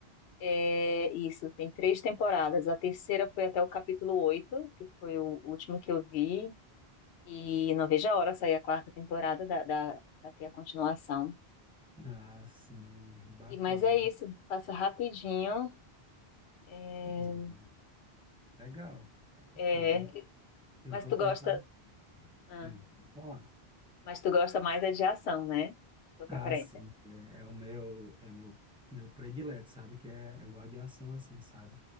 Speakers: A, on the left; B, in the centre.
A: É isso, tem três temporadas. A terceira foi até o capítulo 8 que foi o último que eu vi, e não vejo a hora sair a quarta temporada da, da, pra ter a continuação.
B: Ah, sim, bacana.
A: E, mas é isso, passa rapidinho. É,
B: Hum, Legal.
A: é,
B: Eu vou, eu
A: mas
B: vou
A: tu
B: tentar.
A: gosta, ah,
B: Hum, vou falar.
A: mas tu gosta mais é de ação, né? Tua preferência.
B: Ah, sim, é, é o meu, é o meu, meu predileto, sabe? Que é, eu gosto de ação assim, sabe?